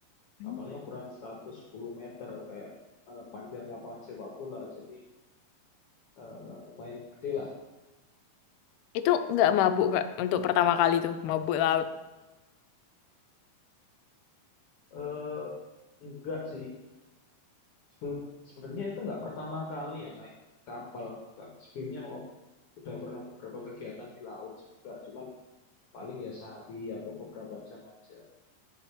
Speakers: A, on the left; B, on the left.
A: Hmm.
B: kapalnya ukuran 110 meter kayak eh, panjang lapangan sepak bola jadi eh, lumayan gede lah
A: Itu nggak mabuk, Kak, untuk pertama kali tuh, mabuk laut.
B: Eh, enggak sih Sebelum sebenarnya itu nggak pertama kali ya naik kapal. Nggak, sebelumnya wak- udah pernah beberapa kegiatan di laut juga, cuman paling ya sehari atau beberapa jam aja.